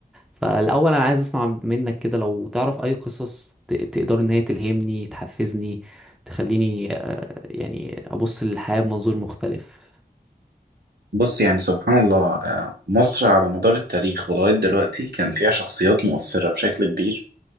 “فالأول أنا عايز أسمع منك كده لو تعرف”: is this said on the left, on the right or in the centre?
Centre